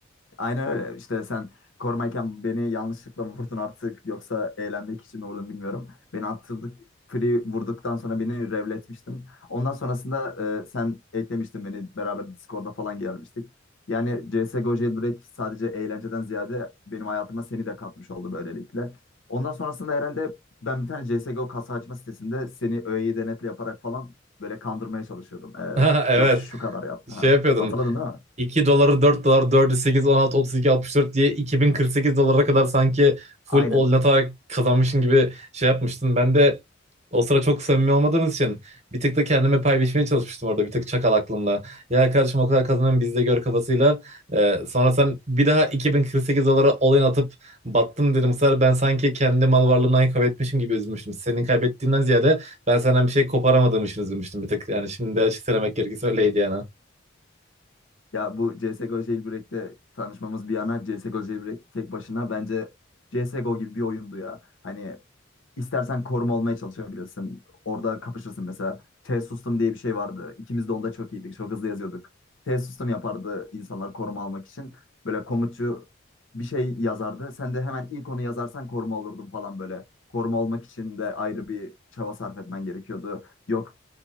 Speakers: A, on the left; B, on the right.
A: Aynen öyle. İşte sen korumayken beni yanlışlıkla mı vurdun artık yoksa eğlenmek için mi vurdun bilmiyorum. Beni attırdık, free vurduktan sonra beni revletmiştin. Ondan sonrasında e, sen eklemiştin beni beraber Discord'da falan gelmiştik. Yani CSGO Jailbreak sadece eğlenceden ziyade benim hayatıma seni de katmış oldu böylelikle. Ondan sonrasında herhalde ben bir tane CSGO kasa açma sitesinde seni öğeyi denetle yaparak falan böyle kandırmaya çalışıyordum. E,
B: Ha, Evet.
A: yok şu kadar yaptı. Ha.
B: Şey yapıyordun.
A: Hatırladın değil mi?
B: 2 doları dört dolar dördü sekiz on altı otuz iki altmış dört diye 2048 dolara kadar sanki full
A: Aynen.
B: all in atarak kazanmışsın gibi şey yapmıştın. Ben de o sıra çok samimi olmadığımız için bir tık da kendime pay biçmeye çalışmıştım orada bir tık çakal aklımla. Ya kardeşim o kadar kazanıyorum biz de gör kafasıyla. Ee, sonra sen bir daha 2048 dolara all in atıp battın dedim. Bu sefer ben sanki kendi mal varlığımdan kaybetmişim gibi üzülmüştüm. Senin kaybettiğinden ziyade ben senden bir şey koparamadığım için üzülmüştüm bir tık. Yani şimdi de açık söylemek gerekirse öyleydi yani.
A: Ya bu CSGO Jailbreak'te tanışmamız bir yana CSGO Jailbreak tek başına bence CSGO gibi bir oyundu ya. Hani istersen koruma olmaya çalışabilirsin. Orada kapışırsın mesela. T sustum diye bir şey vardı. İkimiz de onda çok iyiydik. Çok hızlı yazıyorduk. T sustum yapardı insanlar koruma almak için. Böyle komutçu bir şey yazardı. Sen de hemen ilk onu yazarsan koruma olurdun falan böyle. Koruma olmak için de ayrı bir çaba sarf etmen gerekiyordu. Yok